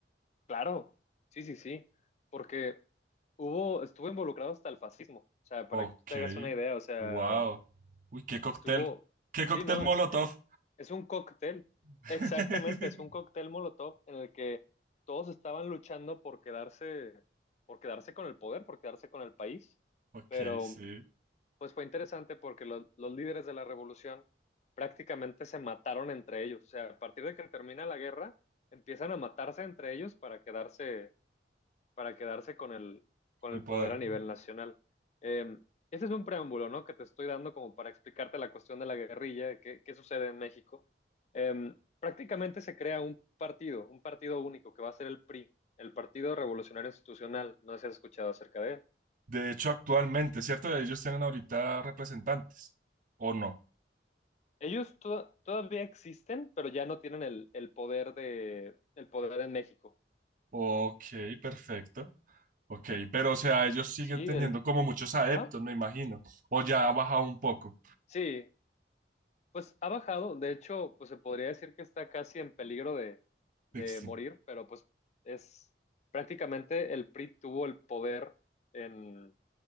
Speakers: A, on the left; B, on the right.
A: claro, sí, sí, sí, porque hubo, estuvo involucrado hasta el fascismo, o sea, para
B: Ok,
A: que tú te hagas una idea, o sea,
B: wow. Uy, qué cóctel,
A: Estuvo,
B: qué cóctel
A: sí, ¿no?
B: Molotov.
A: Es, es, es un cóctel,
B: <laughs>
A: exactamente, es un cóctel Molotov en el que todos estaban luchando por quedarse, por quedarse con el poder, por quedarse con el país,
B: Ok,
A: pero
B: sí,
A: pues fue interesante porque los, los líderes de la revolución prácticamente se mataron entre ellos, o sea, a partir de que termina la guerra, empiezan a matarse entre ellos para quedarse, para quedarse con el, con
B: el
A: el
B: poder.
A: poder a nivel nacional. Eh, ese es un preámbulo, ¿no? Que te estoy dando como para explicarte la cuestión de la guerrilla, qué, qué sucede en México. Eh, prácticamente se crea un partido, un partido único que va a ser el PRI, el Partido Revolucionario Institucional. No sé si has escuchado acerca de él.
B: De hecho, actualmente, ¿cierto? Ellos tienen ahorita representantes, ¿o no?
A: Ellos to- todavía existen, pero ya no tienen el, el poder de, el poder en México.
B: Ok, perfecto. Ok, pero o sea, ellos siguen
A: Sí,
B: teniendo
A: el,
B: como muchos adeptos,
A: ajá,
B: me imagino. O ya ha bajado un poco.
A: sí, Pues ha bajado, de hecho, pues se podría decir que está casi en peligro de, de
B: Dixie.
A: morir, pero pues es prácticamente el PRI tuvo el poder en,